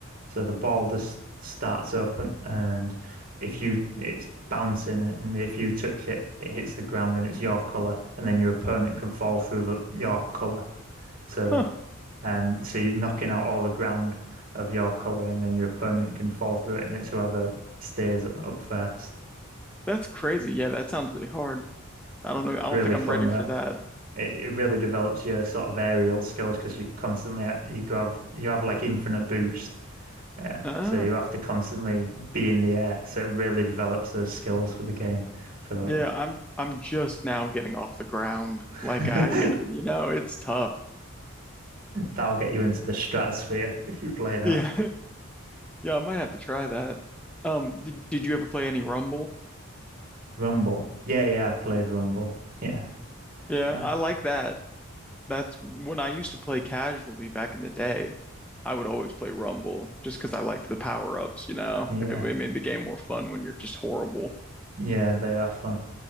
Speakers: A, on the right (about 40°); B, in the centre.
A: So the ball just starts up and, and if you it's bouncing and if you touch it, it hits the ground and it's your color, and then your opponent can fall through the, your color. So
B: Huh,
A: and so you're knocking out all the ground of your color, and then your opponent can fall through it, and it's whoever stays up first.
B: that's crazy. Yeah, that sounds really hard. I don't know. I
A: It's
B: don't
A: really
B: think I'm
A: fun
B: ready
A: though.
B: for that.
A: it, it really develops your sort of aerial skills because you constantly you go have you have like infinite boost. Yeah.
B: Uh,
A: So you have to constantly be in the air. So it really develops those skills for the game. For like
B: yeah, I'm I'm just now getting off the ground.
A: <laughs>
B: Like I, uh, you know, it's tough.
A: that'll get you into the stratosphere if you play that.
B: Yeah. <laughs> Yeah, I might have to try that. Um, did, did you ever play any Rumble?
A: Rumble. Yeah, yeah, I played Rumble. Yeah.
B: Yeah,
A: Uh,
B: I like that. That's when I used to play casually back in the day. I would always play Rumble just because I liked the power-ups, you know.
A: yeah.
B: It, it made the game more fun when you're just horrible.
A: Yeah, they are fun.